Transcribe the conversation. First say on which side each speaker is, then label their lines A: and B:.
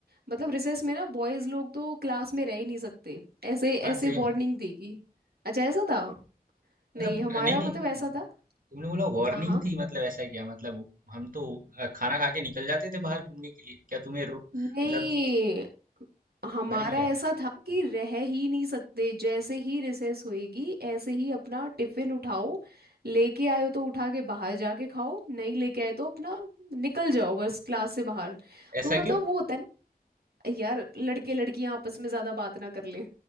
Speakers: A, on the right; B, on the right.
A: मतलब रिसेस में ना बॉयज लोग तो क्लास में रह ही नहीं सकते ऐसे ऐसे
B: सेम
A: वार्निंग देगी अच्छा ऐसा था नहीं
B: मतलब
A: हमारा
B: नहीं नहीं
A: मतलब ऐसा था
B: तुमने बोला वार्निंग
A: हाँ हाँ
B: थी मतलब ऐसा क्या मतलब हम तो अ, खाना खा के निकल जाते थे बाहर घूमने के लिए क्या तुम्हें रो- मतलब
A: नहीं हमारा
B: तुम्हारे में क्या
A: ऐसा
B: था
A: था कि रह ही नहीं सकते जैसे ही रिसेस होएगी ऐसे ही अपना टिफिन उठाओ लेके आए हो तो उठा के बाहर जाके खाओ नहीं लेके आए तो अपना निकल जाओ बस क्लास से बाहर
B: ऐसा
A: तो मतलब
B: क्यों
A: वो होता है ना यार लड़के लड़कियां आपस में ज्यादा बात ना कर लें